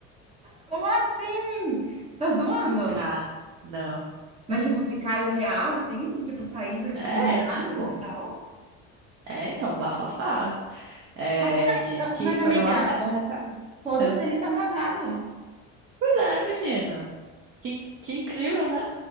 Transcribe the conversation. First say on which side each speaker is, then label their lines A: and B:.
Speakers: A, on the right (about 20°); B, on the right (about 45°).
A: como assim? Tá zoando?
B: Cara, não.
A: Mas, tipo, ficado real, assim? Tipo, saído, tipo,
B: É,
A: namorados
B: tipo,
A: e tal?
B: é então, bafafá. É,
A: Nossa, mas,
B: diz
A: ah,
B: que
A: mas amiga,
B: foi numa festa, num happy hour.
A: todos
B: É.
A: eles são casados.
B: Pois é, menina. Que, que incrível, né?